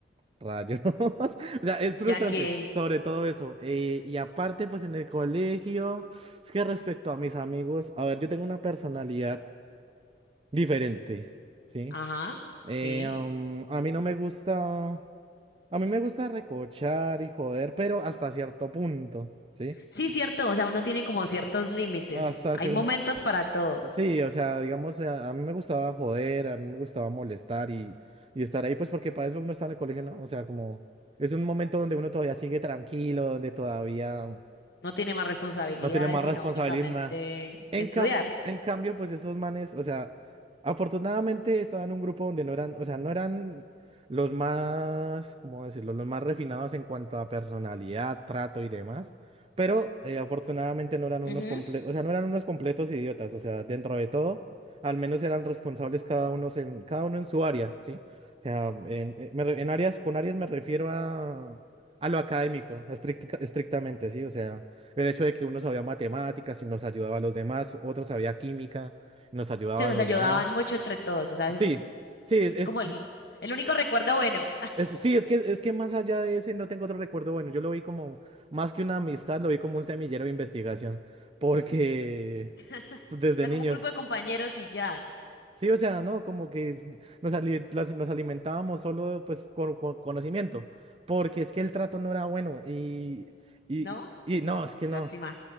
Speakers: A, on the right; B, on the left.
A: Rayos. <laughs> O sea, es frustrante,
B: Ya que,
A: sobre todo eso. Eh, y aparte, pues en el colegio, es que respecto a mis amigos, a ver, yo tengo una personalidad diferente, ¿sí?
B: ajá,
A: Eh,
B: sí.
A: um, a mí no me gusta, a mí me gusta recochar y joder, pero hasta cierto punto, ¿sí?
B: Sí, cierto, o sea, uno tiene como ciertos límites.
A: Hasta
B: Hay
A: que,
B: momentos para todo.
A: Sí, o sea, digamos, a, a mí me gustaba joder, a mí me gustaba molestar y, y estar ahí, pues porque para eso uno está en el colegio, ¿no? O sea, como es un momento donde uno todavía sigue tranquilo, donde todavía
B: No tiene más responsabilidades,
A: no tienen más
B: sino
A: responsabilidad
B: únicamente
A: en nada. En
B: estudiar.
A: ca- en cambio, pues esos manes, o sea, afortunadamente estaban en un grupo donde no eran, o sea, no eran los más, ¿cómo decirlo? Los más refinados en cuanto a personalidad, trato y demás. Pero eh, afortunadamente no eran unos
B: Ujú.
A: completos, o sea, no eran unos completos idiotas. O sea, dentro de todo, al menos eran responsables cada uno en, cada uno en su área, ¿sí? O sea, en, eh, me re- en áreas, con áreas me refiero a, a lo académico, estrictica- estrictamente, ¿sí? O sea. El hecho de que uno sabía matemáticas y nos ayudaba a los demás, otro sabía química y nos ayudaba
B: Sí, o
A: a
B: sea,
A: los
B: se ayudaban
A: demás.
B: mucho entre todos. O sea, es
A: Sí, sí, es,
B: es
A: es,
B: como el, el único recuerdo bueno.
A: es- sí, es que, es que más allá de ese no tengo otro recuerdo bueno. Yo lo vi como, más que una amistad, lo vi como un semillero de investigación, porque
B: <laughs> O
A: pues, desde
B: sea,
A: niños.
B: como un grupo de compañeros y ya,
A: Sí, o sea, no, como que es- nos, ali- las- nos alimentábamos solo pues con, con conocimiento, porque es que el trato no era bueno y, y,
B: ¿no?
A: y
B: Mm,
A: y no, es que no.
B: lástima.